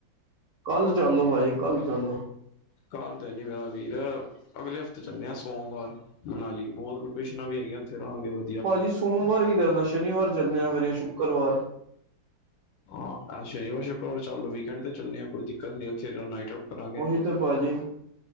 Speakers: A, on the right; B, on the left.
A: ਕੱਲ ਚੱਲ ਲੋ, ਭਾਜੀ ਕੱਲ ਚੱਲੋ ਲਉ
B: ਕਲ, ਤੇ ਨਈ ਮੇਰਾ ਵੀਰ ਅਗਲੇ ਹਫ਼ਤੇ ਚੱਲਣੇ ਹਾਂ ਸੋਮਵਾਰ ਮਨਾਲੀ ਬਹੁਤ ਲੋਕੇਸ਼ਨਾਂ ਵੀ, ਹੈਗੀਆਂ ਉਥੇ ਰਿਹਾ ਗੇ ਵ
A: ਭਾਜੀ ਸੋਮਵਾਰ ਕੀ ਕਰਨਾ, ਸ਼ਨੀਵਾਰ ਚੱਲਦੇੇ ਆ, ਫੇਰ ਸ਼ੁੱਕਰਵਾਰ
B: ਹਾਂ, ਸ਼ਨੀਵਾਰ -ਸ਼ੁੱਕਰਵਾਰ ਚੱਲ ਲਉ, ਵੀਕਐਡ ਤੇ ਚੱਲੇ ਆ, ਕੋਈ ਦਿੱਕਤ ਨੀ ਉਥੇ ਨਾਈਟ ਕਰਾਂਗੇ
A: ਉਹੀ ਤੇ ਭਾਜੀ,